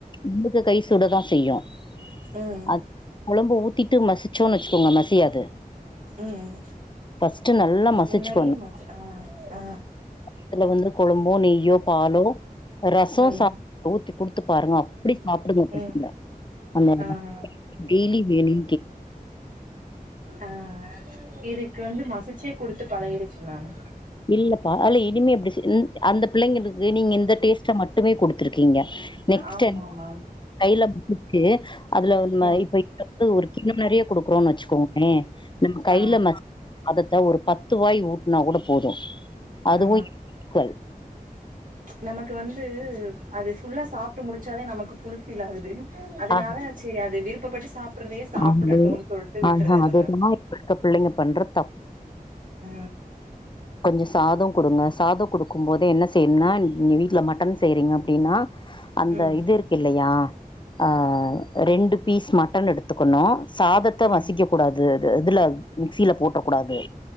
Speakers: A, on the left (about 30°); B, on the right (about 65°).
A: உங்க கை சுட தா செய்யும்
B: ம்
A: அது கொழம்பு ஊத் திட்டு மசிச்சோனு வச்சுகோங்க மசியாது
B: உம்
A: ஃபர்ஸ்ட்டு நல்லா மசிச்சுக்கணும்.
B: முன்னாடியே மச ஆ ஆ
A: அதுல வந்து கொழம்போ நெய்யோ பாலோ ரசோ
B: ம்
A: சாப்பாடுல ஊத்தி குடுத்து பாருங்க அப்டி சாப்டுடுங்க பிள்ளைங்க
B: ம்
A: அந்த
B: ஆ
A: டெய்லி வேனி
B: ஆ இதுக்கு வந்து மசிச்சே குடுத்து பழகிடுச் சு மேம்
A: இல்லப்பா அதுல இனிமே அப்டி செஞ்சு அந்த பிள்ளைங்களுக்கு நீங்க இந்த டேஸ்ட்ட மட் டுமே குடுத்துருக்கீங்க நெக்ஸ்ட்
B: ஆமா
A: <inaudible>
B: மேம்
A: கைல பு அதுல
B: ம்
A: இப்ப இது வந்து ஒரு கிண்ணோ நிறைய குடுக்குறோன்னு வச்சுக்கோங்களே நம்ம கையில
B: ஆ
A: மசி அதத்தா ஒரு பத்து வாய் ஊட்டுனா கூட போது அதுவு
B: ஆ
A: ஈக்குவல்
B: நமக்கு வந்து அது ஃபுல்லா சாப் சாப்ட்டு முடிச்சாதா நமக்கு ஃபுல்ஃபில் ஆகுது அதனால
A: அது
B: சேரி அத விருப்பப்பட் சாப் சாப்டறதயே சாப்டட்டுனு
A: ஆமா.
B: சொல்ட்டு விட்றது
A: ஆஹா அதுதா
B: மேம்
A: இப்ப இருக்க பிள்ளைங்க பண்ற
B: ஆ
A: கொஞ்ச சாதொ குடுங்க சாத குடுக்குபோது என்ன செய்னும்னா நீங்க வீட்டுல மட்டன் செய்றீங்க அப்டினா அந்த
B: ம்
A: இது இருக்குயக்ஷ தில்லையா ஆ ரெண்டு பீஸ் மட்டன் எடுத்துக்கணு சாதத்த
B: ம்
A: மசிக்க கூடாது இதுல மிக்சில போட்றக் கூடாது